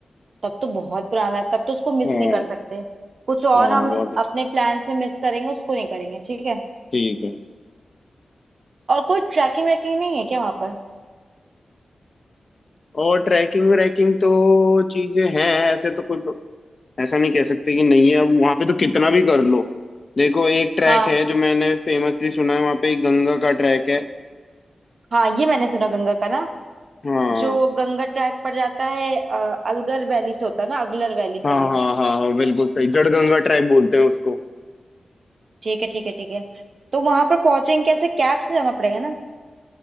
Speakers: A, on the right; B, on the left.
A: तब तो बहुत पुराना है तब तो उसको मिस
B: हाँ
A: नहीं कर सकते कुछ और
B: हाँ
A: हम
B: बहुत
A: अपने प्लान्स में मिस करेंगे उसको नहीं करेंगे ठीक है
B: ठीक है
A: और कोई ट्रैकिंग वैकिंग नहीं है क्या वहां पर
B: और ट्रैकिंग व्रैकिंग तो चीजें हैं ऐसे तो कोई ऐसा नहीं कह सकते कि नहीं है अब वहां पे तो कितना भी कर लो देखो एक ट्रैक
A: हाँ
B: है जो मैंने फेमसली सुना है वहां पे एक गंगा का ट्रैक है
A: हाँ ये मैंने सुना गंगा का ना
B: हाँ
A: जो गंगा ट्रैक पड़ जाता है अ, अलगर वैली से होता है ना अगलर वैली सॉरी
B: हाँ हाँ हाँ हाँ बिल्कुल सही जड़ गंगा ट्रैक बोलते हैं उसको
A: ठीक है ठीक है ठीक है तो वहां पर पहुंचेंगे कैसे कैब से जाना पड़ेगा ना